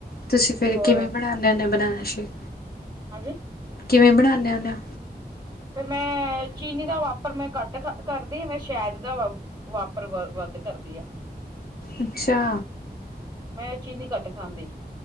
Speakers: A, on the left; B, on the right.
A: ਤੁਸੀਂ ਫਿਰ
B: ਔਰ
A: ਕਿਵੇਂ ਬਣਾਉਦੇ ਹੈਗੇ ਬਨਾਨਾ ਸ਼ੇਕ।
B: ਹਾਂਜੀ
A: ਕਿਵੇਂ ਬਣਾਦੇ ਹੁੰਦੇ ਆ।
B: ਫਿਰ ਮੈਂ ਚੀਨੀ ਦਾ ਵਾਪਰ ਮੈਂ ਕੱਟ ਕਰਦੀ ਮੈਂ ਸ਼ਾਇਦ ਦਾ ਵਾਪਰ ਕਰਦੀ ਆ।
A: ਅੱਛਾ
B: ਮੈਂ ਚੀਨੀ ਘੱਟ ਖਾਂਦੀ